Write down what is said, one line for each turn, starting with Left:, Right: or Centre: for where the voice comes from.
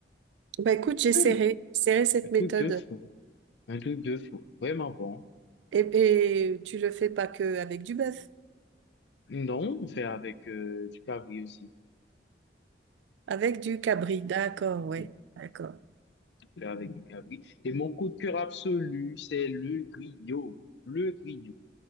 Right: Ben écoute, j'essaierai,
Left: Hum,
Right: j'essaierai cette
Left: Un
Right: méthode.
Left: truc de fou. Un truc de fou. Vraiment bon.
Right: Et, et tu le fais pas que avec du bœuf.
Left: Non, on fait avec euh, du cabri aussi.
Right: Avec du cabri, d'accord,
Left: On
Right: oui, d'accord.
Left: fait avec du cabri. Et mon coup de cœur absolu, c'est le griot. Le griot.